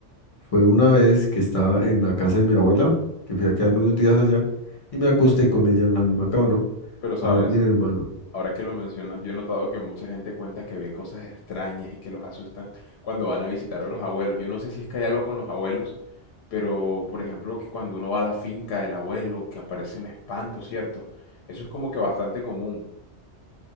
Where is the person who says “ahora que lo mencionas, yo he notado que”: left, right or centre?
Left